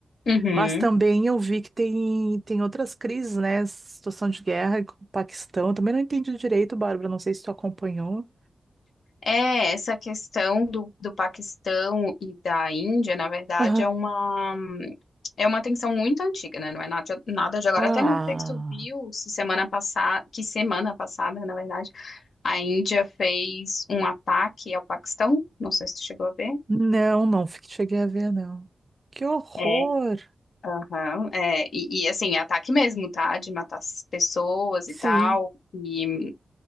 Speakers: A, on the left; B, on the right.
A: Uhum.
B: Mas também eu vi que tem, tem outras crises, né, situação de guerra com o Paquistão, eu também não entendi direito, Bárbara, não sei se tu acompanhou.
A: É, essa questão do, do Paquistão e da Índia, na verdade,
B: Aham.
A: é uma, é uma tensão muito antiga, né? Não é nada, nada de agora.
B: Ah,
A: Até não sei se tu viu se semana passada, que semana passada, na verdade, a Índia fez um ataque ao Paquistão. Não sei se tu chegou a ver.
B: Não, não, fiquei- cheguei a ver, não. Que horror!
A: É, aham, é, e, e, assim, é ataque mesmo, tá? De matar as pessoas
B: sim.
A: e tal. E